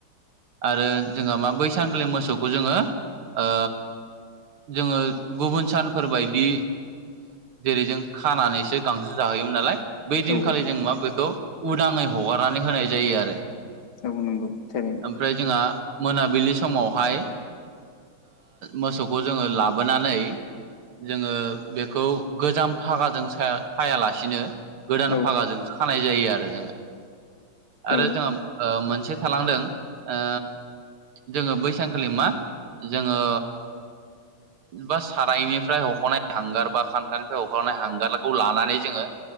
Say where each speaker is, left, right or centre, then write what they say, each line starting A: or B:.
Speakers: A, on the right; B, on the left.
A: आरो जोंहा मा बै सान खालि मोसौखौ जोङो ओ जोङो गुबुन सानफोरबायदि जेरै जों खानानैसो गांसो जाहोयोमोन नालाय बै
B: औ
A: दिनखालि जों मा बेखौ उदाङै हगारनानै होनाय जायो आरो
B: औ नंगौ थारैनो
A: ओमफ्राय जोंहा मोनाबिलि समावहाय मोसौखौ जोङो लाबोनानै जोङो बेखौ गोजाम फागाजों सायालासिनो गोदान
B: औ
A: फागाजोंसो खानाय जायो आरो जोङो
B: औ
A: आरो जोंहा मोनसे थालांदों ओ जोङो बैसानखालि मा जोङो बा सारायनिफ्राय हख'नाय हांगार बा खान्थालनिफ्राय हख'नाय हांगारखौ लानानै जोङो